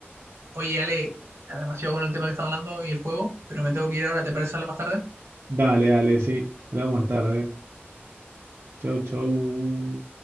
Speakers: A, on the right; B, on the right.
A: Oye, Ale, está demasiado bueno el tema que estamos hablando y el juego, pero me tengo que ir ahora, ¿te parece hablar más tarde?
B: Dale, dale, sí. Hablamos más tarde. Chau, chau.